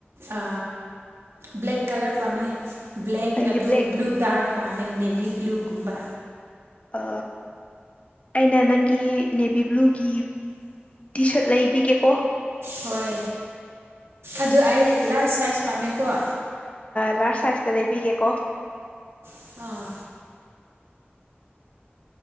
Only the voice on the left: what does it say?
ꯅꯪꯗꯤ
ꯕ꯭ꯂꯦꯛ
ꯑ ꯑꯩꯅ ꯅꯪꯒꯤ ꯅꯦꯕꯤ ꯕ꯭ꯂꯨꯒꯤ ꯇꯤ ꯁꯔꯠ ꯂꯩꯕꯤꯒꯦꯀꯣ
ꯂꯥꯔꯖ ꯁꯥꯏꯖꯇ ꯂꯩꯕꯤꯒꯦꯀꯣ